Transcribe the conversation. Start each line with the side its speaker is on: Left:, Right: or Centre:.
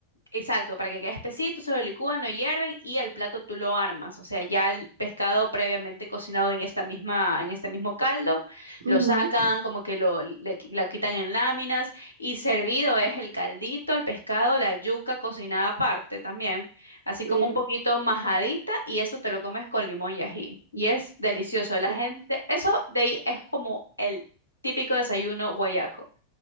Left: Exacto, para que quede espesito, se lo licúan, lo hierven y el plato tú lo armas. O sea, ya el pescado previamente cocinado en esta misma, en este mismo caldo, lo
Right: Ujú,
Left: sacan, como que lo, le qui- lo quitan en láminas y servido es el caldito, el pescado, la yuca cocinada aparte también, así
Right: sí.
Left: como un poquito majadita y eso te lo comes con limón y ají. Y es delicioso. La
Right: Oh,
Left: gente, eso de ahí es como el típico desayuno guayaco.